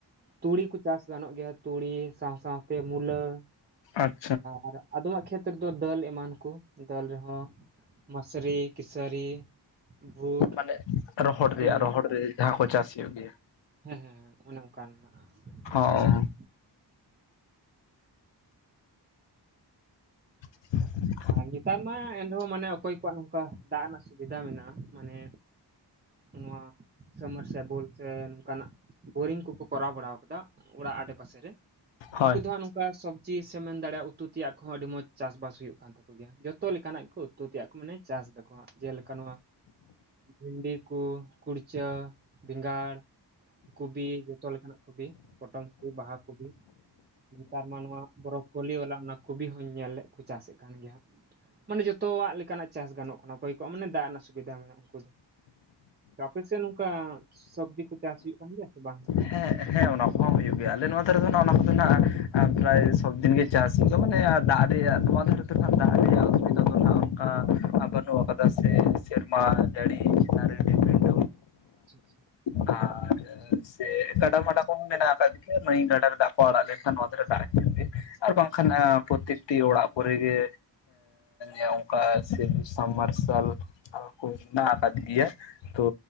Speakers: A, on the right; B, on the left.
A: ᱛᱩᱲᱤ ᱠᱚ ᱪᱟᱥ ᱜᱟᱱᱚᱜ ᱜᱮᱭᱟ ᱛᱩᱲᱤ ᱥᱟᱶ ᱥᱟᱶᱛᱮ ᱢᱩᱞᱟᱹ ᱾
B: ᱟᱨ
A: ᱟᱨ ᱟᱫᱚᱢᱟᱜ ᱠᱷᱮᱛ ᱨᱮᱫᱚ ᱫᱟᱹᱞ ᱮᱢᱟᱱ ᱠᱚ, ᱫᱟᱹᱞ ᱨᱮᱦᱚᱸ ᱢᱟᱹᱥᱨᱤ᱾ ᱠᱮᱥᱟᱹᱨᱤ ᱯᱷᱩᱴ
B: ᱢᱟᱱᱮ ᱨᱚᱦᱚᱲ
A: ᱚᱱᱮ
B: ᱨᱮᱭᱟᱜ
A: ᱚᱱᱟ
B: ᱨᱚᱦᱚᱲ
A: ᱠᱚᱜᱮ᱾
B: ᱨᱮ ᱡᱟᱦᱟᱸ ᱠᱚ ᱪᱟᱥ ᱦᱩᱭᱩᱜ ᱜᱮᱭᱟ
A: ᱦᱮᱸ ᱦᱮᱸ ᱚᱱᱮ ᱚᱱᱠᱟᱱᱟᱜ
B: ᱦᱚᱸ
A: ᱪᱟᱥ ᱠᱟᱱᱟ᱾
B: <inaudible>
A: ᱟᱨ ᱱᱮᱛᱟᱨ ᱢᱟ ᱮᱱ ᱨᱮᱦᱚᱸ ᱢᱟᱱᱮ ᱚᱠᱚᱭ ᱠᱚᱣᱟᱜ ᱱᱚᱝᱠᱟ ᱫᱟᱜ ᱨᱮᱱᱟᱜ ᱥᱩᱵᱤᱫᱷᱟ ᱢᱮᱱᱟᱜ-ᱟ ᱢᱟᱱᱮ ᱱᱚᱣᱟ ᱥᱟᱵᱢᱟᱨᱥᱟᱞ ᱵᱚᱞ ᱥᱮ ᱱᱚᱝᱠᱟᱱᱟᱜ ᱵᱳᱨᱤᱝ ᱠᱚᱠᱚ ᱠᱚᱨᱟᱣ ᱵᱟᱲᱟᱣ ᱟᱠᱟᱫᱟ ᱚᱲᱟᱜ ᱟᱰᱮᱯᱟᱥᱮ ᱨᱮ᱾
B: ᱦᱳᱭ
A: ᱩᱱᱠᱩ ᱫᱚ ᱦᱟᱸᱜ ᱱᱚᱝᱠᱟ ᱥᱚᱵᱽᱡᱤ ᱥᱮ ᱢᱮᱱ ᱫᱟᱲᱮᱭᱟᱜ-ᱟ ᱩᱛᱩ ᱛᱮᱭᱟᱜ ᱠᱚᱦᱚᱸ ᱟᱹᱰᱤ ᱢᱚᱸᱡᱽ ᱪᱟᱥᱵᱟᱥ ᱦᱩᱭᱩᱜ ᱠᱟᱱ ᱛᱟᱠᱚ ᱜᱮᱭᱟ᱾ ᱡᱚᱛᱚ ᱞᱮᱠᱟᱱᱟᱜ ᱜᱮ ᱠᱚ ᱩᱛᱩ ᱛᱮᱭᱟᱜ ᱠᱚ ᱢᱟᱱᱮ ᱪᱟᱥ ᱮᱫᱟᱠᱚ ᱦᱟᱜ ᱾ ᱡᱮᱞᱮᱠᱟ ᱱᱚᱣᱟ <inaudible> ᱵᱷᱤᱱᱰᱤ ᱠᱚ ᱠᱩᱲᱪᱟᱹ, ᱵᱮᱸᱜᱟᱲ ᱠᱚᱵᱤ ᱡᱚᱛᱚ ᱞᱮᱠᱟᱱᱟᱜ ᱠᱚᱵᱤ ᱯᱚᱴᱚᱢ ᱠᱚᱯᱤ ᱵᱟᱦᱟ ᱠᱚᱵᱤ᱾ ᱱᱮᱛᱟᱨᱢᱟ ᱱᱚᱣᱟ ᱵᱚᱨᱚᱯᱷ ᱠᱚᱞᱤ ᱵᱟᱞᱟ ᱚᱱᱟ ᱠᱩᱵᱤ ᱦᱚᱸᱧ ᱧᱮᱞ ᱞᱮᱜ ᱠᱚ ᱪᱟᱥᱮᱜ ᱠᱟᱱ ᱜᱮᱭᱟ ᱦᱟᱸᱜ᱾ ᱢᱟᱱᱮ ᱡᱚᱛᱚᱣᱟᱜ ᱞᱮᱠᱟᱱᱟᱜ ᱪᱟᱥ ᱜᱟᱱᱚᱜ ᱠᱟᱱᱟ ᱚᱠᱚᱭ ᱠᱚᱣᱟᱜ ᱢᱟᱱᱮ ᱫᱟᱜ ᱨᱮᱱᱟᱜ ᱥᱩᱵᱤᱫᱷᱟ ᱢᱮᱱᱟᱜ <unintelligible> ᱟᱨ ᱟᱯᱮᱥᱮ ᱱᱚᱝᱠᱟ ᱥᱚᱵᱽᱡᱤ ᱠᱚ ᱪᱟᱥ ᱦᱩᱭᱩᱜ ᱠᱟᱱ ᱜᱮᱭᱟ ᱥᱮ ᱵᱟᱝ?
B: ᱦᱮᱸ ᱦᱮᱸ ᱚᱱᱟ ᱠᱚᱦᱚᱸ ᱦᱩᱭᱩᱜ ᱜᱮᱭᱟ ᱟᱞᱮ ᱱᱚᱣᱟ ᱫᱷᱟᱨᱮ ᱫᱚ ᱱᱟᱦᱟᱜ ᱚᱱᱟ ᱠᱚᱫᱚ ᱱᱟᱦᱟᱜ ᱯᱨᱟᱭ ᱥᱚᱵᱽ ᱫᱤᱱᱜᱮ ᱪᱟᱥ <unintelligible> ᱢᱟᱱᱮ ᱫᱟᱜ ᱨᱮᱭᱟᱜ ᱱᱚᱣᱟ ᱫᱷᱟᱨᱮ ᱫᱚ ᱱᱟᱦᱟᱜ ᱫᱟᱜ ᱨᱮᱭᱟᱜ ᱚᱥᱩᱵᱤᱫᱟ ᱫᱚ ᱱᱟᱦᱟᱜ ᱚᱝᱠᱟ ᱵᱟᱹᱱᱩᱜ ᱟᱠᱟᱫᱟ ᱥᱮ ᱥᱮᱨᱢᱟ ᱡᱟᱹᱲᱤ ᱪᱮᱛᱟᱱ ᱨᱮ ᱰᱤᱯᱮᱱ
A: <inaudible>
B: ᱟᱨ ᱥᱮ ᱠᱟᱰᱟ ᱢᱟᱰᱟ ᱠᱚᱦᱚ ᱢᱮᱱᱟᱜ ᱟᱠᱟᱫ ᱜᱮᱭᱟ ᱱᱟᱹᱭ ᱜᱟᱰᱟ ᱨᱮ ᱫᱟᱜ ᱠᱚ ᱟᱲᱟᱜ ᱞᱮᱱᱠᱷᱟᱱ ᱱᱚᱣᱟ ᱫᱷᱟᱨᱮ ᱫᱟᱜ ᱦᱤᱡᱩᱜ ᱜᱮ ᱟᱨ ᱵᱟᱝᱠᱷᱟᱱ ᱯᱨᱚᱛᱛᱤᱠ ᱴᱤ ᱚᱲᱟᱜ ᱠᱚᱨᱮ ᱜᱮ ᱮ ᱚᱝᱠᱟ ᱥᱤᱵ ᱥᱟᱵ ᱢᱟᱨᱥᱟᱞ ᱢᱮᱱᱟᱜ ᱟᱠᱟᱫ ᱜᱮᱭᱟ ᱾ ᱛᱚ